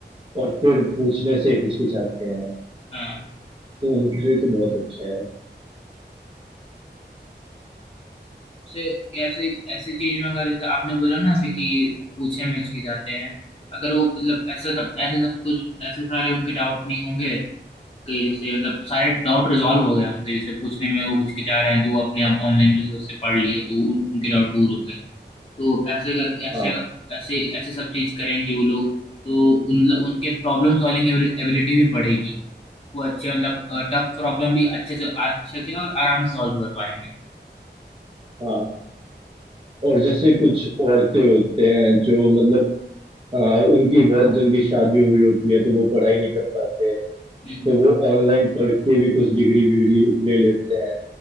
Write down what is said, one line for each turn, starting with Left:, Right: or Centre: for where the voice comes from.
Right: और फिर पूछने से हिचकिचाते हैं
Left: हाँ
Right: तो उनके लिए तो बहुत अच्छा है
Left: से ऐसे ऐसे चीज में अगर जैसे आपने बोला ना अभी कि पूछने में हिचके जाते हैं अगर वो मतलब ऐसा सब ऐसे सब कुछ ऐसे सारे उनके डाउट नहीं होंगे कि जैसे मतलब सारे डाउट रिजॉल्व हो गए उनके जैसे पूछने में वो हिचकिचा रहे हैं तो वो अपने आप ऑनलाइन रिसोर्स से पढ़ लिए तो उन- उनके डाउट दूर हो गए तो ऐसे कर ऐसे
Right: हाँ
Left: अगर ऐसे ऐसे सब चीज करेंगे वो लोग तो उन उनके प्रॉब्लम सॉल्विंग एबिलिटी भी बढ़ेगी वो अच्छे मतलब टफ प्रॉब्लम भी अच्छे से अच्छे से और आराम से सॉल्व कर पाएंगे
Right: हाँ और जैसे कुछ औरतें होते हैं जो मतलब आ, उनकी बहुत जल्दी शादी हो गई होती है तो वो पढ़ाई नहीं कर पाते हैं
Left: हम्म
Right: तो वो ऑनलाइन पढ़ के भी कुछ डिग्री विग्री ले लेते हैं